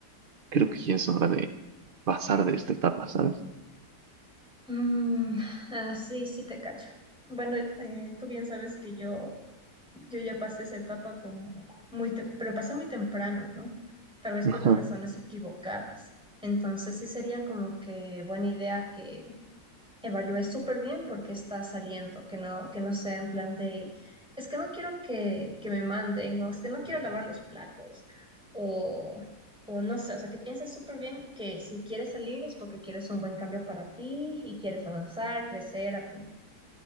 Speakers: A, on the right; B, in the centre.
A: creo que ya es hora de pasar de esta etapa, ¿sabes?
B: Mm, ah, sí, sí te cacho. Bueno, eh, tú bien sabes que yo, yo ya pasé esa etapa como muy, tem- pero pasé muy temprano, ¿no? Tal vez
A: Ajá.
B: por las razones equivocadas. Entonces sí sería como que buena idea que evalúe súper bien por qué está saliendo, que no, que no sea en plan de, es que no quiero que, que me manden, o es que no quiero lavar los platos, o, o no sé, o sea, que pienses súper bien que si quieres salir es porque quieres un buen cambio para ti y quieres avanzar, crecer, aprender.